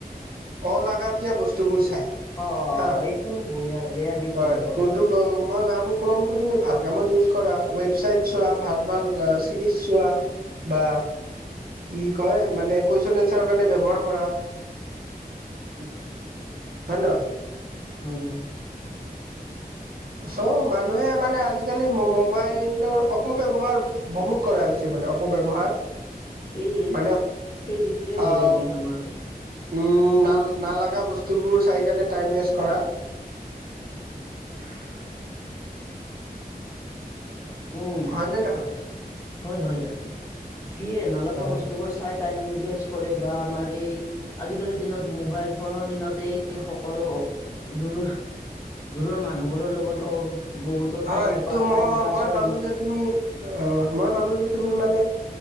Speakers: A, on the right; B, on the left.
A: অলাগাতীয়া বস্তুবোৰ চাই
B: অ অ'
A: হা
B: এইটো বয়া বেয়া দিশ
A: হয়
B: কিন্তু
A: কোনটো মই ভাবো কমটো তুমি ভাল কামত ইউজ কৰা ৱেবচাইট। চোৱা ভাল ভাল চিৰিজ চোৱা বা কি কয় মানে কুৱেশচন এনচাৰ কাৰণে ব্যৱহাৰ কৰা।
B: উন।
A: হয় ন?
B: হুম হুম।
A: চ মানুহে মানে আজি। আজিকালি মোবাইলৰ অপব্যৱহাৰ বহুত কৰা হৈছে মানে। অপব্যৱহাৰ
B: এই
A: মানে
B: সেই দিশটোৱে
A: আহ
B: বেয়া দিশ আমাৰ
A: উম ন নালাগা বস্তুবোৰ চাই কাৰনে টাইম ৱেষ্ট কৰা।
B: <unintelligible> উম
A: হয় নে নহয়?
B: হয় হয় দ সেয়ে নলগা
A: হয়
B: বস্তুবোৰ চাই। টাইম বেষ্ট কৰে বা আমাৰ এই আজিকালিৰ দিনত মোবাইল ফোনৰ দিনত এই সকলো দূৰৰ দূৰৰ মানুহবোৰৰ লগতো বহুতো
A: হয়
B: টাইম পা
A: ত
B: টাইম
A: মই
B: পাছৰ
A: মই ভাবো যে তুমি অ মই ভাবো যে তুমি মানে